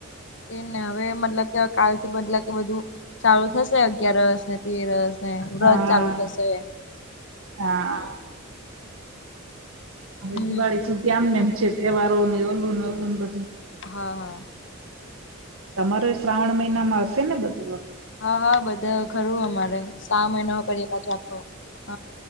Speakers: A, on the left; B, on the right.
A: તે ને હવે મતલબ કે કાલ થી બતલ કે બધું ચાલુ થશે અગિયારસ ને તેરસ, ને વ્રત
B: હા
A: ચાલુ થશે
B: હા હવે
A: હમ
B: દિવાળી સુધી આમને એમ છે તહેવારો ને ઓલું ને ઓલું ને બધું.
A: હા હા
B: તમારું શ્રાવણ મહિનામાં હશે ને બધું
A: હા હા બધા ખરું અમારે સા મહિનો કરીએ પાછ આખો હ